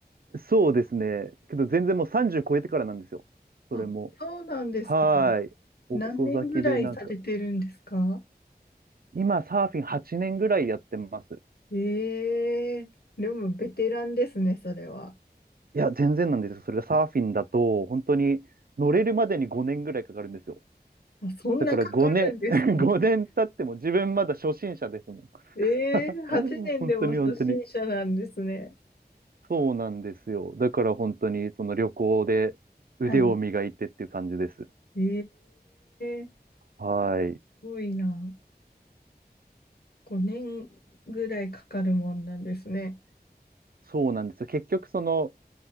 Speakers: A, on the right; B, on the left.
A: そうですね。けど全然もう30超えてからなんですよ。それも。
B: あ、そうなんですか。
A: はい。遅咲きでなんか、
B: 何年ぐらいされてるんですか
A: 今サーフィン8年ぐらいやってます。
B: ええでもベテランですね、それは。
A: いや、全然なんですよ。それがサーフィンだと、本当に乗れるまでに5年ぐらいかかるんですよ。
B: あ、そんなかかるんですか。
A: だから5年、<laughs> 5年経っても自分まだ初心者ですもん。
B: ええ8年でも初心者なんですね。
A: <laughs> 本当に本当に。そうなんですよ。だから本当にその旅行で腕を磨いてっていう感じです。
B: はい。ええー
A: はい。
B: すごいな。5年ぐらいかかるもんなんですね。
A: そうなんですよ。結局その、